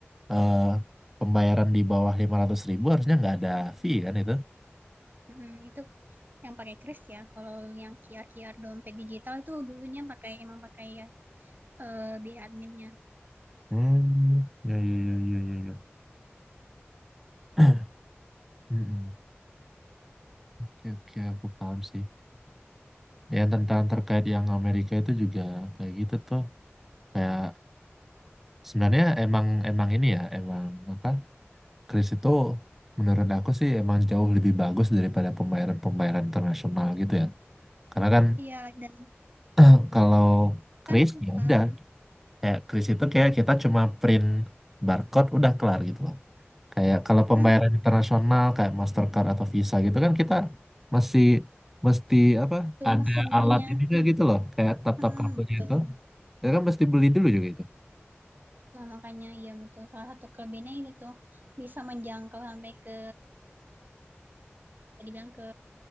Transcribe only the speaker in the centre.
eh, pembayaran di bawah lima ratus ribu harusnya nggak ada fee kan itu?
Hmm, ya ya ya ya ya. ya. <clears throat> Mm-mm. Oke, oke, aku paham sih. Yang tentang terkait yang Amerika itu juga kayak gitu tuh. Kayak sebenarnya emang emang ini ya, emang apa? Kris itu menurut aku sih emang jauh lebih bagus daripada pembayaran-pembayaran internasional gitu ya. Karena kan
<clears throat> kalau kris
ya udah
Kayak kris itu kayak kita cuma print barcode udah kelar gitu loh. Kayak kalau pembayaran
internasional kayak Mastercard atau Visa gitu kan kita masih mesti apa
ada
alat
ini juga gitu loh kayak tap-tap
kartunya
itu. Kita kan mesti beli dulu juga itu.